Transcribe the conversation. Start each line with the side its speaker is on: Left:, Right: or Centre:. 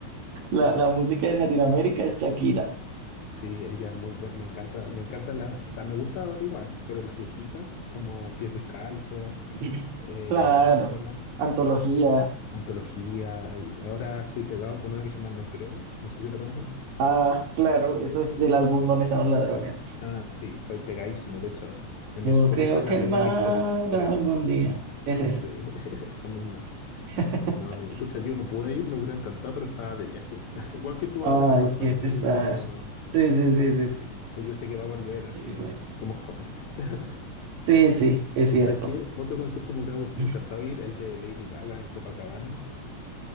Right: la, la música en Latinoamérica es Shakira.
Left: Sí, ella es muy buena. Me encanta, me encantan las, o sea, me gusta ahora igual, pero las viejitas, como Pies Descalzos,
Right: <laughs>
Left: eh,
Right: Claro,
Left: ¿cómo se llama?
Right: antología.
Left: Antología. y ahora estoy pegado con una que se llama No Creo. No sé si la conoces.
Right: Ah, claro, eso es del álbum Donde están los ladrones.
Left: Ah, sí, estoy pegadísimo. De hecho, en mi
Right: No
Left: Spotify
Right: creo
Left: la
Right: que
Left: tengo
Right: el mar
Left: en mis tops tres
Right: algún día. Es esa.
Left: Sí, <laughs> esa misma.
Right: <laughs>
Left: No, me, pucha, yo no pude ir, me hubiera encantado, pero estaba de viaje. <laughs> Igual que tú
Right: Ay,
Left: ahora con Bad
Right: qué
Left: Bunny,
Right: pesar.
Left: así que no.
Right: Sí, sí, sí, sí, sí.
Left: Pero yo sé que va a volver, así
Right: Y
Left: que
Right: bueno,
Left: somos jóvenes. <laughs>
Right: sí, sí,
Left: ¿Y,
Right: es
Left: y
Right: cierto.
Left: sabes qué? Otro concierto me hubiera gust-
Right: <laughs>
Left: encantado ir, el de Lady Gaga en Copacabana.